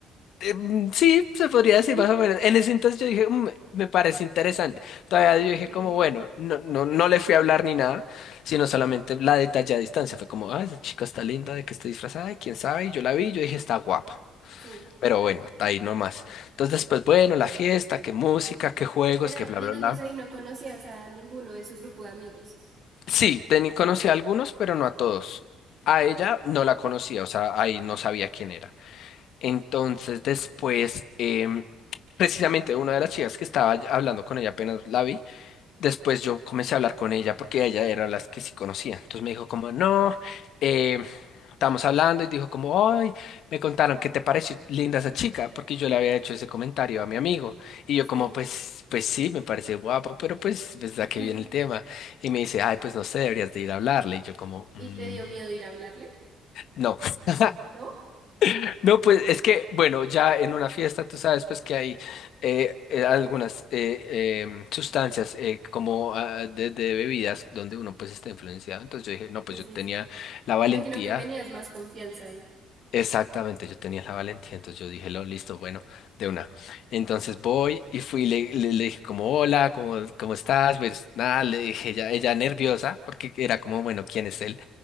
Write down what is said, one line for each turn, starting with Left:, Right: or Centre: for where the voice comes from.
Left: Em, Sí, se podría
Right: <laughs>
Left: decir más o menos. En ese entonces yo dije, "Mm, me parece interesante. Todavía yo
Right: Ok,
Left: dije como,
Right: ok.
Left: bueno, no, no, no le fui a hablar ni nada, sino solamente la detallé a distancia. Fue como, ah, esa chica está linda, de que está disfrazada, quién sabe. Y yo la vi, y yo dije, está guapa.
Right: Sí.
Left: Pero bueno, está ahí nomás. Entonces después, bueno, la fiesta, qué música, qué juegos,
Right: Pero
Left: qué bla,
Right: digamos,
Left: bla, bla.
Right: ahí no conocías a ninguno de su grupo de amigos.
Left: Sí, teni- conocí a algunos, pero no a todos. A
Right: Ok.
Left: ella no la conocía, o sea, ahí no sabía quién era. Entonces después, em, precisamente una de las chicas que estaba ya- hablando con ella apenas la vi, después yo comencé a hablar con ella porque ella era las que sí conocía. Entonces me dijo como, no, eh, estábamos hablando y dijo como, ay, me contaron que te pareció linda esa chica porque yo le había hecho ese comentario a mi amigo. Y yo
Right: Sí.
Left: como, pues, pues sí, me parece guapa, pero pues, pues
Right: <laughs>
Left: a qué viene el tema. Y me dice, ay, pues no sé, deberías de ir a hablarle. Y yo como, "Mm,
Right: ¿Y te dio miedo ir a hablarle?
Left: no. <laughs>
Right: ¿No?
Left: No, pues es que, bueno, ya en una fiesta tú sabes pues que hay eh, eh, algunas eh, em, sustancias eh, como ah, de, de bebidas donde uno pues está influenciado. Entonces yo dije, no, pues
Right: Sí,
Left: yo
Right: sí,
Left: tenía
Right: sí.
Left: la
Right: Me
Left: valentía,
Right: imagino que tenías más confianza ahí.
Left: exactamente, yo tenía la valentía. Entonces yo dije, lo, listo, bueno, de una. Entonces voy y fui, y le, le, le dije como, hola, ¿cómo, cómo estás? Pues nada, le dije, ella, ella nerviosa porque era como, bueno, ¿quién es él?